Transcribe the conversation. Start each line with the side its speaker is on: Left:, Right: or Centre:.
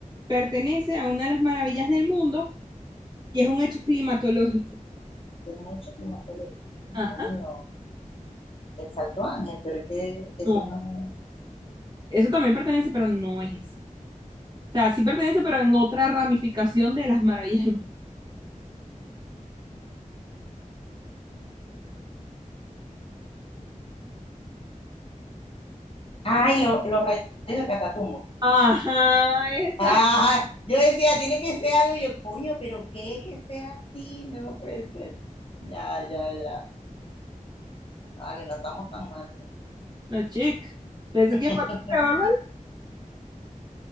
Right: pertenece a una de las maravillas del mundo y es un hecho climatológico.
Left: Tiene un hecho climatológico.
Right: Ajá.
Left: Coño, El Salto Ángel, pero es que eso
Right: No,
Left: no
Right: eso también pertenece, pero no es eso. O sea, sí pertenece, pero en otra ramificación de las maravillas del mundo.
Left: Ay, lo- los rayos del Catatumbo.
Right: Ajá, exacto.
Left: Ah, yo decía, tiene que ser algo, yo, coño, pero qué que sea así, no puede ser. Ya, ya, ya. Vale, no estamos tan mal.
Right: No, chica. Pensé
Left: <laughs>
Right: que iba a contar peor, ¿vale?